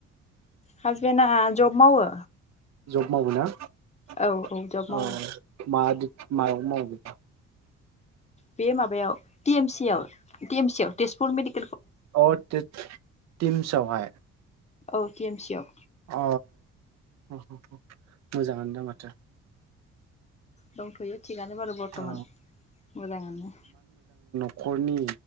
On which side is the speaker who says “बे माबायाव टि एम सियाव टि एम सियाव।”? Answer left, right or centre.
Left